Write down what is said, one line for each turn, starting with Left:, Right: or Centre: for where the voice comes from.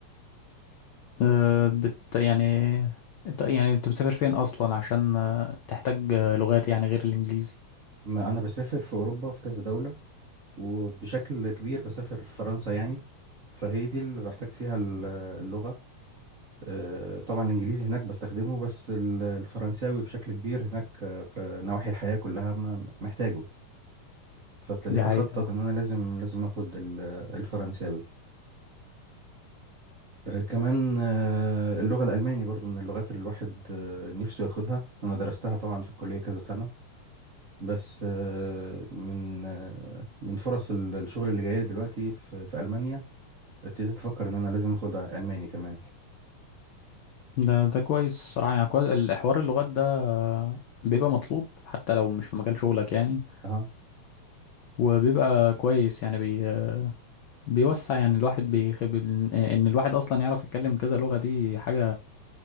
Left: آه، بت يعني انت يعني انت بتسافر فين اصلا عشان آه، تحتاج آه، لغات يعني غير الانجليزي
Right: ما انا بسافر في اوروبا في كذا دولة وبشكل كبير بسافر فرنسا يعني فهي دي اللي بحتاج فيها ال- اللغة آه، طبعا الانجليزي هناك بستخدمه بس ال- الفرنساوي بشكل كبير هناك آه، في نواحي الحياة كلها م- محتاجه فابتديت
Left: دي حقيقة
Right: اخطط
Left: آه،
Right: ان انا لازم لازم اخد ال- الفرنساوي آه، كمان آه، اللغة الالماني برضو من اللغات اللي الواحد آه، نفسه ياخدها انا درستها طبعا في الكلية كذا سنة بس آه، من آه، من فرص ال- الشغل اللي جايلي دلوقتي في في المانيا ابتديت افكر ان انا لازم اخد الماني كمان
Left: ده ده كويس صراحة يعني كويس الحوار اللغات ده آه، بيبقى مطلوب حتى لو مش في مجال شغلك يعني
Right: أها
Left: وبيبقى كويس يعني بي بيوسع يعني الواحد بيخب ان إن الواحد اصلا يعرف يتكلم كذا لغة دي حاجة